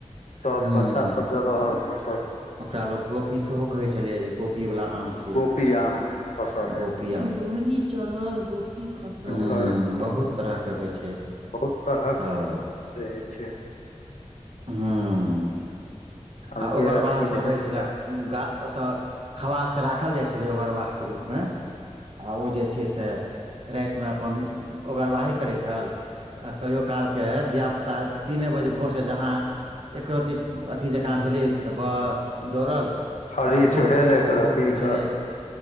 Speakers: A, on the left (about 80°); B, on the right (about 55°).
A: सब
B: हुँ
A: बच्चासभ जे रहल तऽ ओसभ
B: ओकरा लोग गोपी सेहो कहै छलै जे गोपी वाला आम छै
A: गोपी आम खसल रहै
B: गोप पीआम रोहनी चढ़ल गोपी खसल
A: ओकर
B: बहुत तरह के होइ छै
A: बहुत तरहक
B: तऽ
A: रहै छै
B: हुँ
A: अलगे
B: आ ओगरवाह
A: अथी
B: सभ रहै
A: छै
B: छला गा ओतय खवासके राखल जाइ छलै ओगरवाहके रूपमे आ ओ जे छै से रातिमे अपन ओगरवाही करै छल आ कहियो काल के धिया पुता तीने बजे भोर से जहां एको रती अथी जे काँ भेलै तऽ बस दौड़ल
A: फरिच
B: आर हो
A: भेले
B: हो
A: एकरत्ति
B: हो हो होइ छलै
A: बस